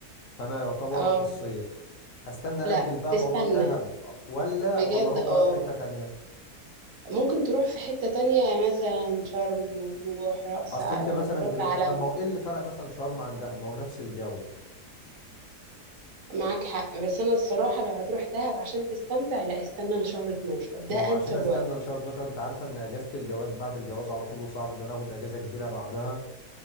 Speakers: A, on the left; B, on the right.
A: فانا يعتبر
B: اه
A: في الصيف استنى اجل
B: لا
A: بقى
B: تستنى
A: موضوع الذهب آه، ولا
B: بجد
A: ولا اروح
B: اه
A: بقى في حته تانية
B: ممكن تروح في حته تانية مثلا شرم وتروح رأس
A: اصل
B: آه،
A: انت مثلا دلوقتي
B: رأس علم
A: طب ما هو ايه اللي فرق مثلا شرم عن دهب ما هو نفس الجو
B: معاك حق بس انا الصراحه لو هتروح دهب عشان تستمتع لا استنى لشهر 12 ده
A: ما
B: انسب
A: هو عشان استنى
B: وقت
A: لشهر 12 انت عارفه ان اجازه الجواز بعد الجواز على طول وصعب ان انا اخد اجازه كبيره بعدها